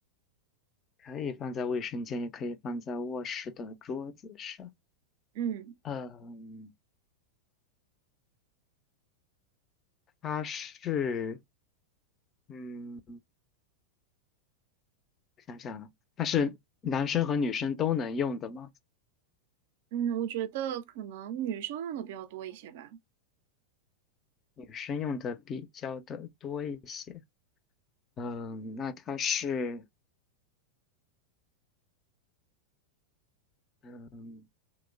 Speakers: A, on the left; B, on the right.
A: 可以放在卫生间，也可以放在卧室的桌子上。
B: 嗯
A: 嗯，它是。嗯。我想想啊，它是男生和女生都能用的吗？
B: 嗯，我觉得可能女生用的比较多一些吧。
A: 女生用的比较的多一些。嗯，那它是，嗯，